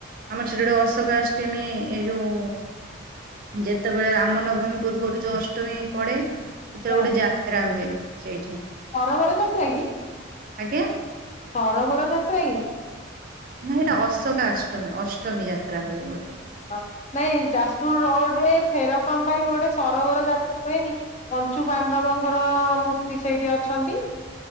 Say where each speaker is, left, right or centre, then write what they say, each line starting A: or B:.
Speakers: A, on the right; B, on the left.
A: ଆମର ସେଠି ଗୋଟ ଅଶୋକା ଅଷ୍ଟମୀ ଏଇ ଯୋଉ ଯେତବେ <unintelligible> ରାମ ନବମୀ ପୂର୍ବରୁ ଯୋଉ ଅଷ୍ଟମୀ ପଡ଼େ ସେତେବେଳେ
B: ହଁ
A: ଗୋଟେ ଯାତ୍ରା ହୁଏ ସେଇଠି
B: ସରୋବର ଯାତ୍ରା
A: ଆଜ୍ଞା।
B: ସରବର ଯାତ୍ରା କି?
A: ନାଇ ହେଇଟା ଅଶୋକ ଅଷ୍ଟମୀ ଅଷ୍ଟମୀ ଯାତ୍ରା ହୁଏ ଗୋଟେ।
B: ହଁ ନାଇଁ ଯାଜପୁର ରୋଡରେ ଫେରକମ୍ ପାଇଁ ରୋଡ଼ରେ ସରୋବର ଯାତ୍ରା ହୁଏନି। କଞ୍ଚୁ ପାଣ୍ଡବଙ୍କର ମୂର୍ତ୍ତି ସେଇଠି ଅଛନ୍ତି।